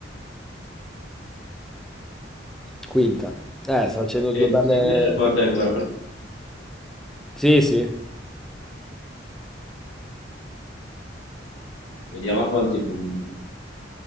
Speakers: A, in the centre; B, on the left.
A: Quinta. Eh, sta facendo
B: E
A: due belle.
B: Tinder quanto è ancora presente?
A: Sì, sì.
B: Vediamo a quanti punti.